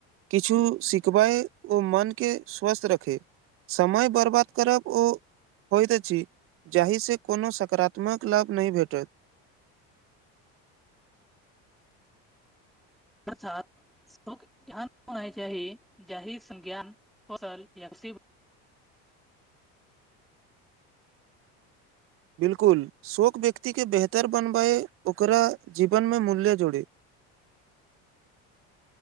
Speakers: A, on the right (about 45°); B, in the centre.
A: किछु सिखबै। ओ मनके स्वस्थ रखै समय बर्बाद करब ओ होइत अछि जाहिसँ कोनो सकारात्मक लाभ नहि भेटत।
B: अर्थात सुख यहाँ <unintelligible> होना चाही जाहि संज्ञान कौशल यसिब <unintelligible>
A: बिल्कुल शोक व्यक्ति के बेहतर बनबए ओकरा जीवन मे मूल्य जोड़े।